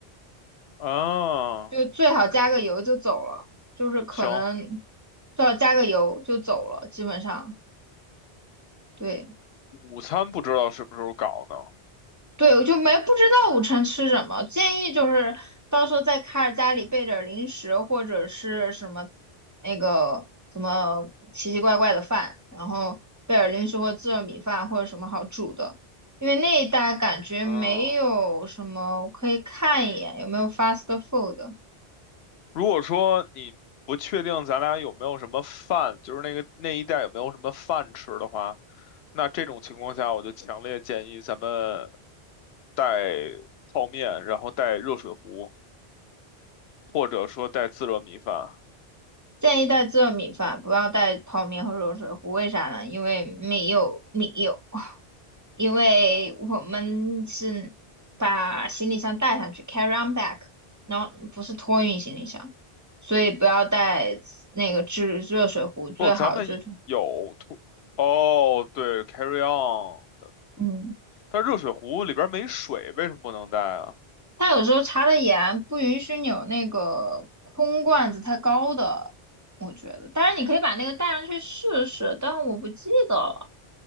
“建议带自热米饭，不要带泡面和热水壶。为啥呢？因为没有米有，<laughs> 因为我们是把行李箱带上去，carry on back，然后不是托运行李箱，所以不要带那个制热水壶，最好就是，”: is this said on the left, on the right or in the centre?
Right